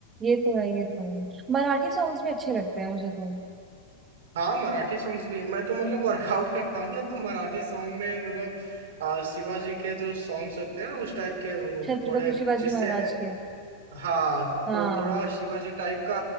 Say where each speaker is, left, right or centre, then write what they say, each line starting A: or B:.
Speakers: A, on the right; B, on the right.
A: ये तो है ये तो है मराठी सॉन्ग्स भी अच्छे लगते हैं मुझे तो
B: हाँ मराठी सॉन्ग्स भी मैं तो मतलब वर्कआउट करता हूँ ना तो मराठी सॉन्ग में मतलब आ, शिवाजी के जो सॉन्ग्स होते हैं ना उस टाइप के वो
A: छत्रपति
B: थोड़े
A: शिवाजी
B: जिससे
A: महाराज के
B: हाँ
A: हाँ
B: तो थोड़ा
A: हम्म
B: शिवाजी टाइप का